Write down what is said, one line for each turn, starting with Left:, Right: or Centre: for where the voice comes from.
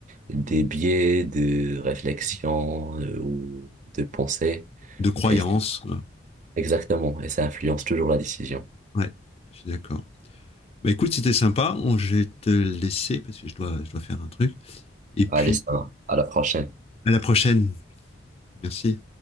Right: des biais de réflexion euh, ou de pensée.
Left: de croyances.
Right: Et, exactement. Et ça influence toujours la décision.
Left: Ouais, je suis d'accord. Bah, écoute, c'était sympa. On, je vais te laisser parce que je dois, je dois faire un truc. Et puis,
Right: Allez, ça, va. à la prochaine.
Left: à la prochaine. Merci.